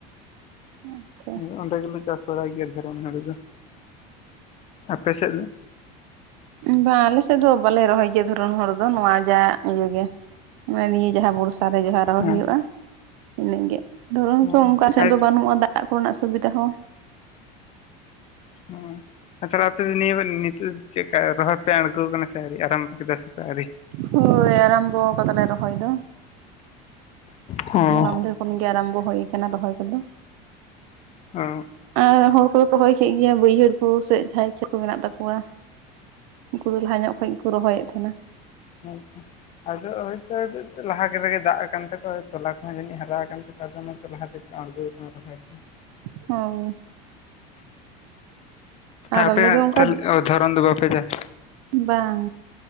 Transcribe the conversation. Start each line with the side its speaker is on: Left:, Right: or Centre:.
Right: <unintelligible>
Left: ᱦᱳᱭ ᱚᱸᱰᱮ ᱜᱮᱞᱮ ᱪᱟᱥ ᱵᱟᱲᱟᱭ ᱜᱮᱭᱟ ᱫᱷᱚᱨᱚᱱ ᱦᱩᱲᱩ ᱫᱚ ᱟᱯᱮ ᱥᱮᱜ ᱫᱚ᱾
Right: ᱵᱟᱝ ᱟᱞᱮ ᱥᱮᱜ ᱫᱚ ᱵᱟᱞᱮ ᱨᱚᱦᱚᱭ ᱜᱮᱭᱟ ᱫᱷᱚᱨᱚᱱ ᱦᱚᱲᱩ ᱫᱚ ᱱᱚᱣᱟ ᱡᱟ ᱤᱭᱟᱹ ᱜᱮ ᱱᱚᱜᱚᱭ ᱱᱤᱭᱟᱹ᱾ ᱡᱟᱦᱟ ᱵᱚᱨᱥᱟ ᱨᱮ ᱡᱟᱦᱟ ᱨᱚᱦᱚᱭ
Left: ᱦᱮᱸ
Right: ᱦᱳᱭᱳᱜ-ᱟ ᱤᱱᱟᱹ ᱜᱮ ᱫᱷᱚᱨᱱ ᱨᱮᱫᱚ
Left: ᱚ
Right: ᱚᱝᱠᱟ ᱥᱮᱜ
Left: ᱟᱨ
Right: ᱫᱚ ᱵᱟᱹᱱᱩᱜ-ᱟ ᱫᱟᱜ᱾ ᱫᱟᱜ ᱠᱚᱨᱮᱱᱟᱜ ᱥᱩᱵᱤᱫᱷᱟ ᱦᱚᱸ᱾
Left: <unintelligible> ᱟᱨ ᱛᱟᱦᱞᱮ ᱟᱯᱮ ᱫᱚ ᱱᱤᱭᱟᱹ ᱱᱤᱛᱳᱜ ᱪᱮᱜᱠᱟ ᱨᱚᱦᱚᱭ ᱯᱮ ᱟᱸᱬᱜᱳ ᱠᱟᱱᱟ ᱥᱮ ᱟᱹᱣᱨᱤ ᱟᱨᱟᱢ ᱠᱮᱫᱟ ᱥᱮᱯᱮ ᱟᱣᱨᱤ᱾
Right: ᱦᱳᱭ ᱟᱨᱟᱢᱵᱚ ᱠᱟᱫᱟᱞᱮ ᱨᱚᱦᱚᱭ ᱫᱚ
Left: ᱦᱚᱸ
Right: ᱦᱚᱞᱟ ᱢᱚᱫᱷᱮᱨ᱾ ᱠᱷᱚᱱ ᱜᱮ ᱟᱨᱟᱢᱵᱚ ᱦᱳᱭ ᱠᱟᱱᱟ ᱨᱚᱦᱚᱭ ᱠᱚᱫᱚ᱾
Left: <unintelligible>
Right: ᱟᱨ ᱦᱚᱲ ᱠᱚᱫᱚ ᱠᱚ ᱨᱚᱦᱚᱭ ᱠᱮᱜ ᱜᱮᱭᱟ ᱵᱟᱹᱭᱦᱟᱹᱲ ᱠᱩ ᱥᱮ ᱡᱟᱸᱦᱟᱭ ᱠᱷᱮ ᱠᱩ ᱢᱮᱱᱟᱜ ᱛᱟᱠᱚᱣᱟ᱾ ᱩᱱᱠᱩ ᱫᱚ ᱞᱟᱦᱟ ᱧᱚᱜ ᱠᱷᱚᱱ ᱜᱮᱠᱚ ᱨᱚᱦᱚᱭᱮᱜ ᱛᱟᱦᱮᱱᱟ᱾
Left: ᱟᱪᱪᱷᱟ᱾ ᱟᱫᱚ ᱦᱳᱭᱛᱳ ᱞᱟᱦᱟ ᱠᱮᱫᱮ ᱜᱮ ᱫᱟᱜ ᱠᱟᱱ ᱛᱟᱠᱚᱣᱟ ᱛᱚᱞᱟ ᱠᱚᱦᱚᱸ ᱡᱟᱹᱱᱤᱡ ᱦᱟᱨᱟ ᱟᱠᱟᱱ ᱛᱟᱠᱚᱣᱟ ᱟᱫᱚ‌ ᱱᱚᱝᱠ ᱞᱟᱦᱟ᱾ ᱛᱤᱥ ᱯᱮ ᱟᱸᱬᱜᱳ ᱠᱟᱱᱟ ᱛᱟᱞᱦᱮ ᱠᱷᱟᱱ᱾
Right: <unintelligible> ᱟᱨ
Left: ᱟᱯᱮ
Right: ᱟᱞᱮ
Left: ᱦᱟᱸᱜ
Right: ᱫᱚ ᱚᱱᱠᱟ
Left: ᱛᱟᱞ ᱚ ᱫᱷᱚᱨᱚᱱ ᱫᱚ ᱵᱟᱯᱮ ᱪᱟᱥ
Right: ᱵᱟᱝ